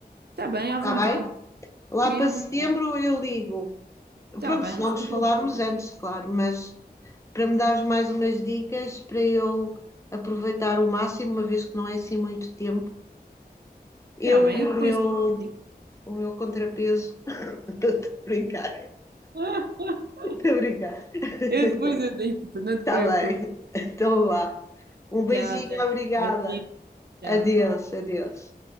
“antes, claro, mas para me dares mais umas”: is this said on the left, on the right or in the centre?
Left